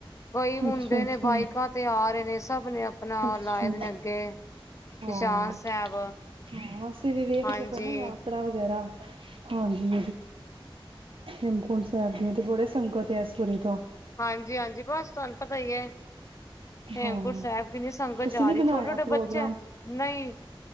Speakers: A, on the left (about 35°); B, on the right (about 65°).
A: ਕਈ ਮੁੰਡੇ
B: ਅੱਛਾ ਅੱਛਾ
A: ਨੇ ਬਾਈਕਾਂ ਤੇ ਆ ਰਹੇ ਨੇ ਸਭ ਨੇ ਆਪਣਾ
B: ਅੱਛਾ
A: ਲਾਏ ਦੇ ਨੇ ਅੱਗੇ
B: ਹਾਂ
A: ਨਿਸ਼ਾਨ ਸਾਹਿਬ
B: -ਹਾਂ ਅਸੀਂ ਵੀ ਵੇਖਦੇ
A: ਹਾਂਜੀ,
B: ਪਏ ਨਾ ਯਾ ਤਰਾ ਵਗੈਰਾ ਹਾਂਜੀ। ਹੇਮਕੁੰਟ ਸਾਹਿਬ ਦੀਆਂ ਤੇ ਬੜੇ ਸੰਗਤ ਹੈ ਇਸ ਵਾਰੀ ਤਾਂ,
A: ਹਾਂਜੀ -ਹਾਂਜੀ ਬਸ ਤੁਹਾਨੂੰ ਪਤਾ ਈ ਏ ਹੇਮਕੁੰਟ
B: ਹਾਂ
A: ਸਾਹਿਬ ਕਿੰਨੀਂ ਸੰਗਤ
B: ਤੁਸੀਂ
A: ਜਾ
B: ਨੀ
A: ਰਹੀ
B: ਬਣਾਇਆ
A: ਛੋਟੇ -ਛੋਟੇ
B: ਪ੍ਰੋਗਰਾਮ
A: ਬੱਚੇ ਨਈਂ